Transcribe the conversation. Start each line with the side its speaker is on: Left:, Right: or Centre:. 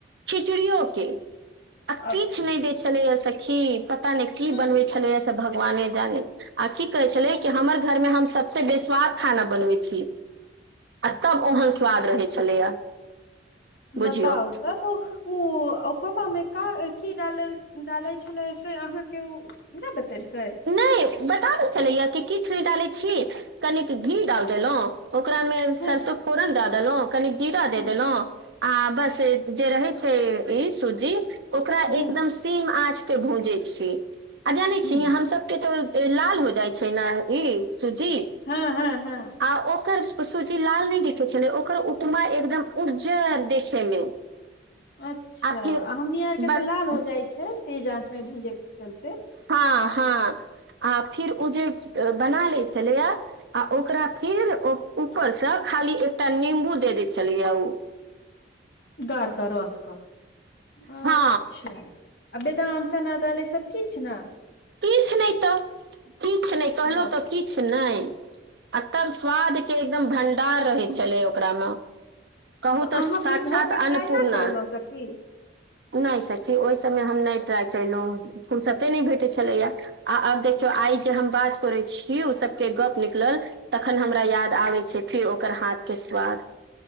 Right: खिचड़ियो के आ
Left: आगे
Right: किछ नहि देय छलेये सखी पता नहि की
Left: हूँ
Right: बनवे छलैये से भगवाने जाने आ की कहै छलै कि हमर घरमे हम सबसे बेस्वाद खाना बनबै छी आ तब ओहन स्वाद रहै छलैया बुझियौ
Left: बताउ तऽ ओ उ उपमा मे का की डालल डालय छेलै से अहाँके उ नहि बतैलकै
Right: नहि बता दै छलैया कि किछु नहि डालै छी कनिक घी डाल देलहुँ ओकरामे
Left: हूँ
Right: सरसो फोरन दऽ देलहुँ कनि जीरा दे
Left: हूँ
Right: देलहुँ आ बस जे रहे छै ई सुजी ओकरा
Left: हूँ
Right: एकदम धीम आँच पे भूंजै छियै आ जानै
Left: हूँ
Right: छियै हम सब के तऽ ई लाल हो जाइ छै नऽ ई सुजी
Left: हँ हँ हँ
Right: आ ओकर सूजी लाल नै देखे छेलै ओकर उपमा एकदम उज्जर देखे मे।
Left: <inaudible> अच्छा
Right: आ फिर
Left: हमनी आरके
Right: बन
Left: तऽ लाल हो जाइ छै तेज आँचमे भूजै के चलते
Right: हँ हँ आ फिर उ जे बना ले छलैया आ ओकरा फीर ऊपर सँ खाली एकटा नीम्बू दे दै छैलैय उ
Left: गारकऽ रस कऽ अच्छा
Right: हँ
Left: आ बेदाम चना दाइल ई सब किछ नऽ
Right: किछ नहि तऽ किछु नहि कहलहुँ
Left: बाप
Right: तऽ किछु नहि आ तब स्वाद के एकदम भंडार रहै छलै ओकरा मे कहू तऽ
Left: अहाँ
Right: साक्षात
Left: फिर घर मे
Right: अन्नपूर्णा
Left: ट्राई न करलहुं सखी
Right: नहि सखी ओहि सभमे हम नहि ट्राइ केलहुँ फुर्सते नहि भेटैत छलैए आ आब देखियौ आइ जे हम बात करै छी ओ सबके गप्प निकलल तखन हमरा याद आबै छै फेर ओकर हाथ के स्वाद